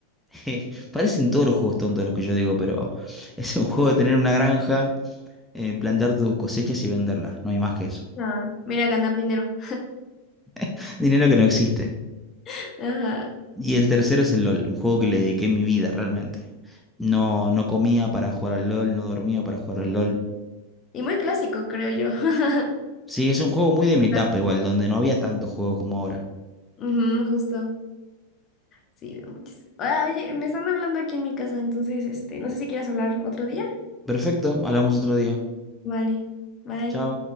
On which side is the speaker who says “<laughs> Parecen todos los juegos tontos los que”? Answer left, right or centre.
Centre